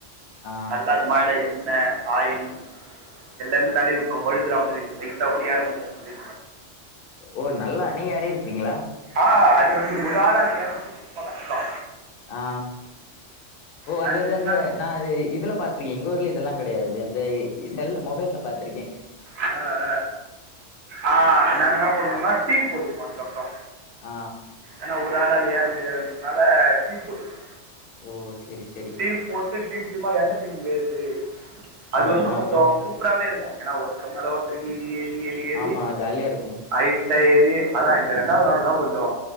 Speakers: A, on the left (about 60°); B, on the right (about 65°).
A: ஆ
B: <unintelligible> அது மேல எண்ண ஆயில் எல்லாமே தடவி உட்ருவோ வழுக்றா மாரி லைட்டா கூட ஏற முடியாத மாரி
A: ஓ நல்லா நீங்க ஏறி இருக்குறீங்களா
B: ஆ அது வந்து ஒரு ஆளா அது ஏற முடியாது ரொம்ப கஷ்டோ
A: ஆ ஓ
B: நாங்கள்
A: அது வந்து
B: எப்படின்னா
A: அந்த நா அது இதுல பாத்துருக்கே எங்க ஊர்ல இதெல்லா கெடையாது அந்த செல் மொபைல்ல பாத்துருக்கே
B: ஆ ஆ நாங்க என்ன பண்ணுவோன்னா டீம் போட்டுப்போ அதுக்கப்புற
A: ஆ
B: ஏன்னா ஒரு ஆளா அது ஏற முடியாதுன்றதுனால டீம் போட்டுப்போ
A: ஓ சேரி சேரி
B: டீம் போட்டு டீம் டீமா எந்த டீம் ஏறுது அது
A: ஆ
B: வந்து
A: ஆ
B: கொஞ்ச
A: ஆ
B: சூப்பராவே இருக்கும் ஏன்னா ஒருத்தரு மேல ஒருத்தரு ஏறி ஏறி ஏறி ஏறி
A: ஆமா ஜாலியா இருக்கு
B: ஹைட் டா ஏறி அதா இது ரெண்டாவது நாள் தா கொஞ்சோ